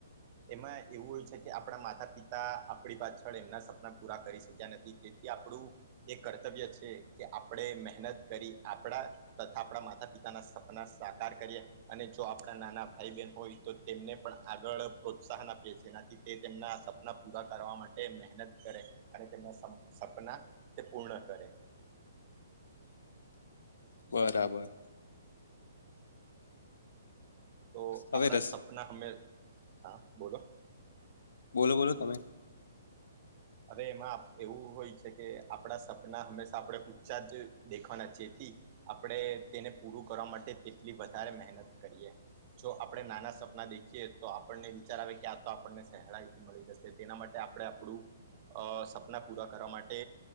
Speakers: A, on the right; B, on the left.
A: એમાં એવું હોય છે કે આપણા માતા પિતા આપણી પાછળ એમના સપના પૂરા કરી શક્યા નથી કે કે આપણું એ કર્તવ્ય છે કે આપણે મહેનત કરી આપડા તથા આપણા માતા પિતાના સપના સાકાર કરીએ અને જો આપણા નાના ભાઈ બહેન હોય તો તેમને પણ આગળ પ્રોત્સાહન આપીએ છી એનાથી તે તેમના સપના પૂરા કરવા માટે મહેનત કરે અને તેમના સમ સપના તે પૂર્ણ કરે.
B: બરાબર
A: તો
B: હવે
A: આપડા
B: રસ
A: સપના હમે હા બોલો
B: બોલો બોલો તમે
A: હવે એમાં એવું હોય છે કે આપણા સપના હંમેશા આપણે ઊંચા જ દેખવાના જેથી આપણે તેને પૂરું કરવા માટે તેટલી વધારે મહેનત કરીએ જો આપણે નાના સપના દેખીએ તો આપણને વિચાર આવે કે આ તો આપણને સહેલાાઈથી મળી જશે તેના માટે આપ આપડે આપણું અહ સપના પૂરા કરવા માટે